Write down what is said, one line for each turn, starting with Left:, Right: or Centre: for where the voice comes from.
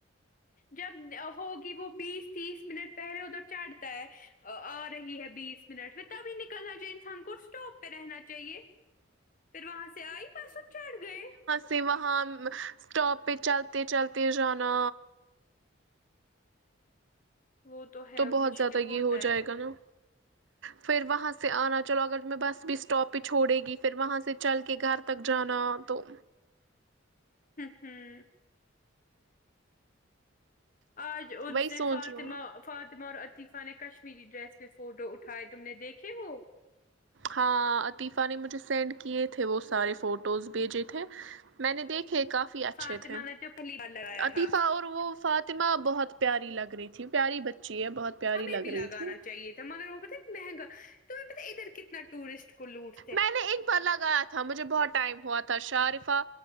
Left: جب ہوگی وہ بیس تیس منٹ پہلے ادھر چڑھتا ہے آ رہی ہے بیس منٹ میں تبھی نکلنا چاہے انسان کو اسٹاپ پہ رہنا چاہیے پھر وہاں سے آئی بس سب چڑھ گئے
Right: پے وہاں اسٹاپ پہ چلتے چلتے جانا
Left: وہ تو ہے
Right: بہت
Left: مشکل
Right: زیادہ یہ
Left: ہوتا
Right: ہو
Left: ہے
Right: جائے گا نا پھر وہاں سے آنا چلو اگر میں بس بھی اسٹاپ پہ چھوڑے گی پھر وہاں سے چل کے گھر تک جانا تو
Left: ہوں ہوں آج ان
Right: وہی
Left: سے
Right: سوچ
Left: فاطمہ
Right: رہا ہوں
Left: فاطمہ اور عطیفہ نے کشمیری ڈریس پہ فوٹو اٹھائے تم نے دیکھے وہ
Right: ہاں عطیفہ نے مجھے سینڈ کیے تھے وہ سارے فوٹوز بھیجے تھے میں نے دیکھے کافی اچھے
Left: فاطمہ
Right: تھے
Left: نے تو پہلی بار لگایا
Right: عطیفہ
Left: تھا
Right: اور وہ فاطمہ بہت پیاری لگ رہی تھی پیاری بچی ہے بہت پیاری
Left: ہمیں
Right: لگ
Left: بھی لگانا
Right: رہی تھی
Left: چاہیے تھا مگر وہ پتا مہنگا تو ہم پتا ادھر کتنا ٹورسٹ کو لوٹ
Right: میں نے ایک بار لگایا تھا مجھے بہت ٹائم ہوا تھا شارفہ